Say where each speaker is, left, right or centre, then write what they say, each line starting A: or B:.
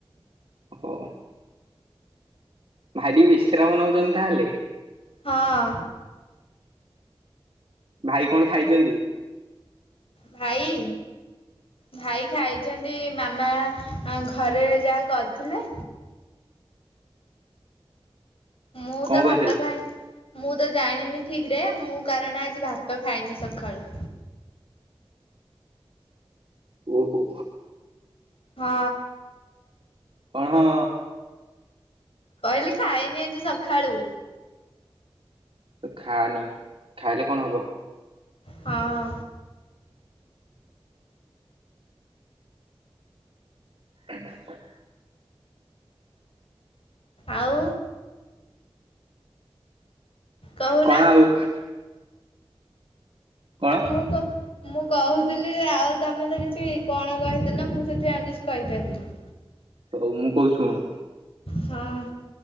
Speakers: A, on the right (about 60°); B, on the left (about 70°).
A: ଓହୋ ଭାଇଟିକେ ବିଶ୍ରାମ ନଉଚନ୍ତି ତାହେଲେ।
B: ହଁ।
A: ଭାଇ କଣ ଖାଇଚନ୍ତି?
B: ଭାଇ। ଭାଇ ଖାଇଚନ୍ତି ମାମା ଆଁ ଘରେ ଯାହା କରିଥିଲେ। ମୁଁ
A: କଣ
B: ତ
A: କରିଥିଲେ?
B: ଭାତ ଖାଏ। ମୁଁ ତ ଜାଣିନି ଠିକିରେ ମୁଁ କାରଣ ଆଜି ଭାତ ଖାଇନି ସକାଳୁ।
A: ଓହୋ।
B: ହଁ।
A: କଣ ହଁ?
B: କହିଲି ଖାଇନି ଆଜି ସକାଳୁ।
A: ତୁ ଖାନି ଖାଇଲେ କଣ ହବ?
B: ହଁ।
A: ଉଁ ହୁ। <inaudible>
B: ଆଉ। କହୁନ
A: କଣ ଆଉ? କଣ
B: ଆ ମୁଁ କ ମୁଁ କହୁଥିଲି ଆଉ ତମେ ତ କିଛି କଣ କହିଦେଲ ମୁଁ ସେଥି ଆଉ କିଛି କହିପାରିଲିନି।
A: ହଉ ମୁଁ କହୁଛି ଶୁଣୁ।
B: ହଁ।